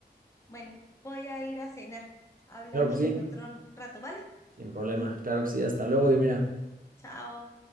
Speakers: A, on the left (about 15°); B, on the right (about 50°).
A: Bueno, voy a ir a cenar. Hablamos
B: Claro que sí.
A: en otro rato, ¿vale?
B: Sin problema. Claro que sí. Hasta luego, Dimira.
A: Chao.